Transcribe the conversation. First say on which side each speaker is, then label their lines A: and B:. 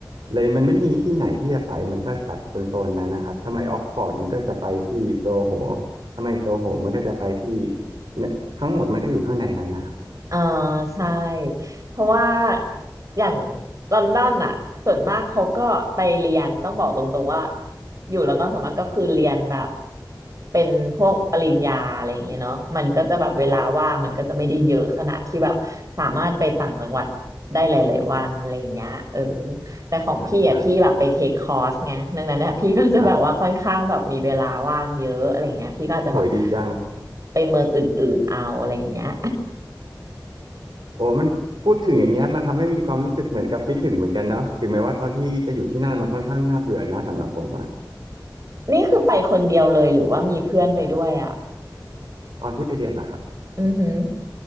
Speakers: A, on the right; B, on the right.
A: เลยมันไม่มีที่ไหนที่จะไปมันก็จับโซนๆนั้นนะครับถ้าไม่ออกฟอร์ดมันก็จะไปที่โซโหถ้าไม่โซโหมันก็จะไปที่เนี่ยทั้งหมดมันก็อยู่ข้างในนั้นนะครับ
B: อ่าใช่เพราะว่าอย่างลอนดอนอ่ะส่วนมากเขาก็ไปเรียนต้องบอกตรงๆว่าอยู่ลอนดอนส่วนมากก็คือเรียนแบบเป็นพวกปริญญาอะไรอย่างเงี้ยเนาะมันก็จะแบบเวลาว่างมันก็จะไม่ได้เยอะขนาดที่แบบสามารถไปต่างจังหวัดได้หลายๆวันอะไรอย่างเงี้ยเออ
A: ครับ
B: แต่ของพี่อ่ะพี่แบบไปเทคคอร์สไงดังนั้นเนี่ยพี่ก็จะแบบว่าค่อนข้างแบบมีเวลาว่างเยอะอะไรอย่างเงี้ยพี่ก็อาจจะแบบ
A: ใช่ใช่ครับโหยดีจัง
B: ไปเมืองอื่นๆเอาอะไรอย่างเงี้ย
A: โอ้มันพูดถึงอย่างเงี้ยมันทำให้มีความรู้สึกเหมือนกับคิดถึงเหมือนกันเนาะถึงแม้ว่าตอนที่จะอยู่ที่นั่นมันค่อนข้างน่าเบื่อนะสำหรับผมอะ
B: นี่คือไปคนเดียวเลยหรือว่ามีเพื่อนไปด้วยอ่ะ
A: ตอนที่ไปเรียนล่ะครับ
B: อือหือ